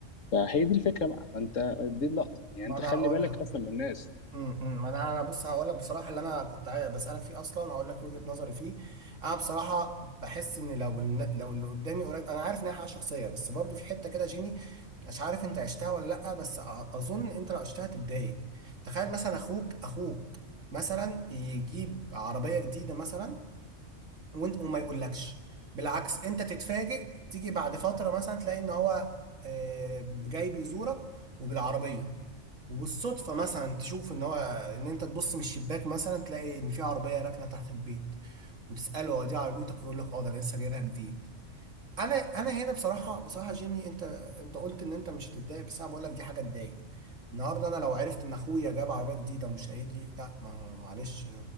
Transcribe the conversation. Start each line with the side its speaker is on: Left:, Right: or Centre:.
Left: فهي دي الفكره بقى انت دي اللقطه يعني
Right: ما
Left: انت
Right: انا
Left: خلي
Right: هقول
Left: بالك
Right: لك
Left: اصلا من الناس
Right: امم أمم. ما انا انا بص هقول لك بصراحه اللي انا كنت عاي- بسالك فيه اصلا هقول لك وجهه نظري فيه انا بصراحه بحس ان لو الن- لو اللي قدامي قريب انا عارف ان هي حاجه شخصيه بس برضو في حته كده جيمي مش عارف انت عشتها ولا لا بس أ- اظن انت لو عشتها تتضايق تخيل مثلا اخوك اخوك مثلا يجيب عربيه جديده مثلا وانت وما يقولكش بالعكس انت تتفاجئ تيجي بعد فترة مثلا تلاقي ان هو آه، جاي بيزورك وبالعربية وبالصدفة مثلا تشوف ان هو ان انت تبص من الشباك مثلا تلاقي ان في عربية راكنة تحت البيت وتسأله هو دي عربيتك يقول لك اه ده انا لسه جايبها جديد انا انا هنا بصراحه بصراحه جيمي انت انت قلت ان انت مش هتتضايق بس انا بقول لك دي حاجه تضايق النهارده انا لو عرفت ان اخويا جاب عربيه جديده ومش قايل لي لا ما معلش